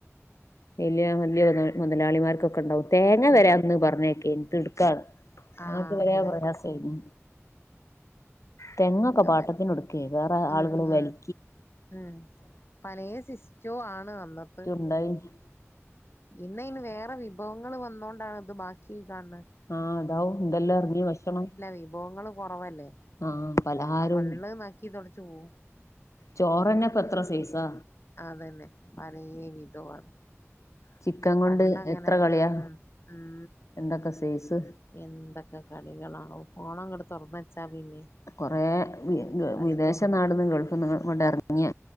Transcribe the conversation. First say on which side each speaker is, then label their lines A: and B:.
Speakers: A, on the left; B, on the left.
A: വലിയ വലിയ മുതലാളിമാർക്കൊക്കെണ്ടാവും തേങ്ങ
B: ഉണ്ട
A: വരാന്ന് പറഞ്ഞേക്കെനി തിടുക്കാണ് അങ്ങക്ക്
B: ആഹ്
A: വരെ
B: തേങ്ങ
A: പ്രയാസഏനി
B: ഉം
A: തെങ്ങൊക്കെ
B: അതന്നെ
A: പാട്ടത്തിന് ഒടുക്കേ വേറെ ആളുകള്
B: ഉം ഉം
A: വലി
B: ഉം പലയ ശിസ്റ്റവും ആണ് അന്നത്തെ
A: ഇണ്ടായിനി
B: ഇന്ന അയിന് വേറെ വിഭവങ്ങൾ വന്നോണ്ടാണ് ഇത് ബാക്കി കാണണെ
A: ആഹ് അതാവും എന്തെല്ലാം എറങ്ങി ഭക്ഷണം
B: വിഭവങ്ങള് കുറവല്ലേ
A: ആഹ് പലഹാരും
B: ആ പള്ള് നക്കി തുടച്ചു പോവും
A: ചോറന്നെ പ്പ എത്ര സൈസാ
B: അതന്നെ പലേ വിധവാണ്
A: ചിക്കൻ കൊണ്ട്
B: പണ്ടങ്ങനെല്ല
A: എത്ര കളിയാ
B: ഉം ഉം
A: എന്തൊക്കെ സൈസ്
B: എന്തൊക്കെ കളികളാണോ ഫോണങ്ങട്ട് തോറന്നച്ചാ പിന്നെ
A: കൊറെ വി
B: പലതും
A: വിദേശ
B: ഉണ്ടാക്കാം
A: നാട്ന്ന് ഗൾഫ്ന്ന് ഇങ്ങട്ട് എറങ്ങിയ